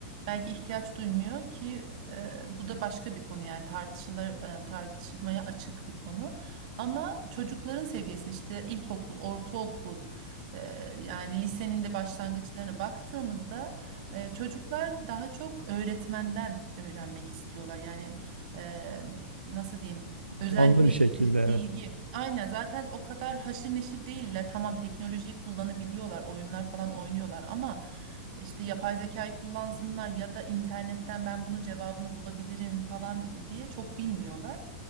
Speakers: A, on the right; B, on the right.
A: Belki ihtiyaç duymuyor ki e, bu da başka bir konu yani tartışılır, e, tartışmaya açık bir konu. Ama çocukların seviyesinde işte ilkokul, ortaokul, e, yani lisenin de başlangıçlarına baktığımızda e, çocuklar daha çok öğretmenden öğrenmek istiyorlar. Yani e, nasıl diyeyim? Özel
B: Canlı
A: bir
B: bir şekilde
A: e,
B: evet.
A: bilgi. Aynen zaten o kadar haşır neşir değiller. Tamam teknolojiyi kullanabiliyorlar, oyunlar falan oynuyorlar ama işte yapay zekayı kullansınlar ya da internetten ben bunun cevabını bulabilirim falan diye çok bilmiyorlar.